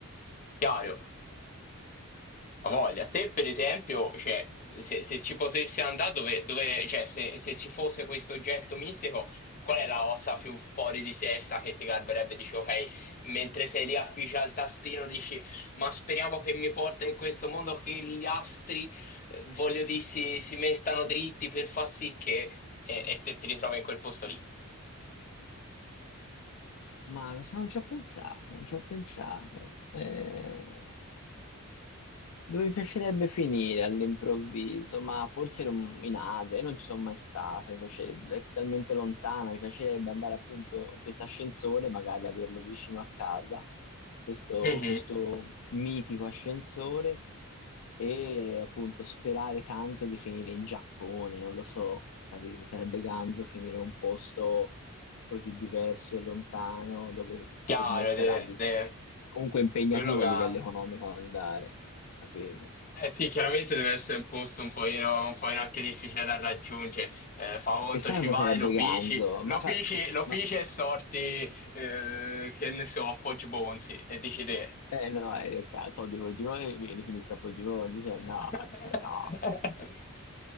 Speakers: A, on the left; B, on the left.
A: chiaro. A voglia, te per esempio, cioè, se, se ci potessi andare, dove, dove- cioè, se, se ci fosse questo oggetto mistico, qual è la ossa più fuori di testa che ti garberebbe? Dici, ok, mentre sei lì appicci al tastino, dici, ma speriamo che mi porta in questo mondo, che gli astri, eh, voglio dire, si, si mettano dritti per far sì che... E, e te ti ritrovi in quel posto lì.
B: Ma lo sai, non ci ho pensato, non ci ho pensato. Eh, Dove mi piacerebbe finire all'improvviso, ma forse non- in Asia, io non ci sono mai stato, mi piacerebbe, è talmente lontana, mi piacerebbe andare appunto in questo ascensore, magari averlo vicino a casa, questo,
A: Mhm.
B: questo mitico ascensore, e appunto sperare tanto di finire in Giappone, non lo so, capito? Sarebbe ganzo finire in un posto così diverso e lontano, dove
A: Chiaro,
B: per me sarà
A: de,
B: di-
A: de-
B: comunque impegnativo
A: quello canza.
B: a livello economico andare, capito?
A: Eh sì, chiaramente deve essere un posto un pochino, un pochino anche difficile da raggiungere. Eh, fa conto,
B: E sai
A: ci
B: cosa
A: vai,
B: sarebbe
A: lo fici,
B: ganzo?
A: lo
B: Ma fa...
A: fici, lo fici
B: Ma...
A: e sorti, eh, che ne so, a Poggio Bonzi e dici te.
B: Eh no, eh, cazzo, soldi Poggio mi rifinisco a Poggio cioè
A: <laughs>
B: no, cioè no,